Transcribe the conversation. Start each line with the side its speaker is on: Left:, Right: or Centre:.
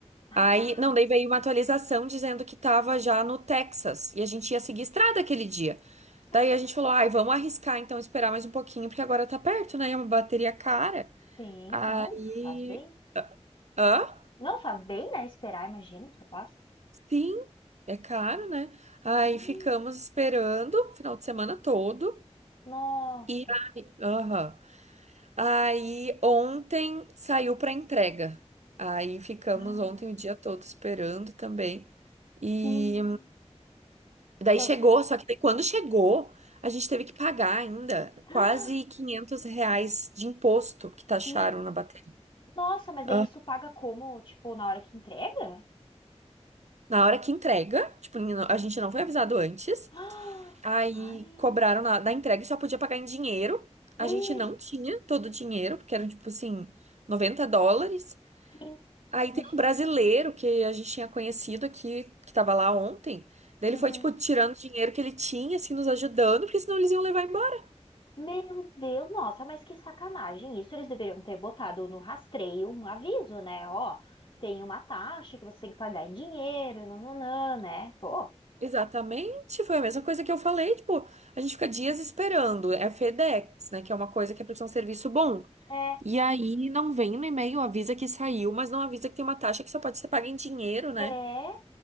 Left: Ah,
Right: Aí, não, daí veio uma atualização dizendo que tava já no Texas e a gente ia seguir estrada aquele dia.
Left: ah,
Right: Daí a gente falou, ai, vamos arriscar então, esperar mais um pouquinho, porque agora tá perto, né? É uma bateria cara.
Left: sim,
Right: Aí.
Left: não, faz bem.
Right: Hã?
Left: Não faz bem, né? Esperar, imagino, capaz.
Right: Sim, é caro, né? Aí
Left: Sim,
Right: ficamos esperando o final de semana todo.
Left: nossa.
Right: E aí, aham. Aí ontem saiu para entrega. Aí ficamos
Left: Ah,
Right: ontem o dia todo esperando também. E
Left: sim.
Right: daí
Left: Por-
Right: chegou, só que daí quando chegou, a gente teve que pagar ainda
Left: <gasps>
Right: quase 500 reais de imposto que taxaram
Left: Meu,
Right: na bateria.
Left: nossa, mas
Right: Ah,
Left: aí isso paga como? Tipo, na hora que entrega?
Right: Na hora que entrega, tipo, n- a gente não foi avisado antes.
Left: Ah,
Right: Aí
Left: Ai,
Right: cobraram na, da entrega e só podia pagar em dinheiro.
Left: me...
Right: A gente não tinha todo o dinheiro, porque eram tipo assim, 90 dólares.
Left: sim,
Right: Aí
Left: imagina.
Right: tem um brasileiro que a gente tinha conhecido aqui, que tava lá ontem. Daí
Left: Uhum.
Right: ele foi, tipo, tirando o dinheiro que ele tinha, assim, nos ajudando, porque senão eles iam levar embora.
Left: Meu Deus, nossa, mas que sacanagem. Isso eles deveriam ter botado no rastreio um aviso, né? Ó, tem uma taxa que você tem que pagar em dinheiro, nananã, né? Pô.
Right: Exatamente, foi a
Left: Não.
Right: mesma coisa que eu falei, tipo, a gente fica dias esperando. É FedEx, né? Que é uma coisa que é pra ser um serviço bom.
Left: É,
Right: E aí não vem no e-mail, avisa que saiu, mas não avisa que tem uma taxa que só pode ser paga em dinheiro, né?
Left: é,